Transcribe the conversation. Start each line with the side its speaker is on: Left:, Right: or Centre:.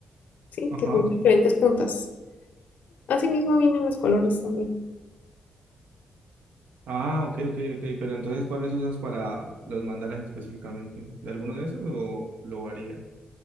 Left: sí,
Right: Ajá.
Left: que son diferentes
Right: sí.
Left: puntas. Asimismo vienen los colores también.
Right: Ah, ok, ok, ok. Pero entonces, ¿cuáles usas para los mandalas específicamente? ¿De alguno de esos o lo varía?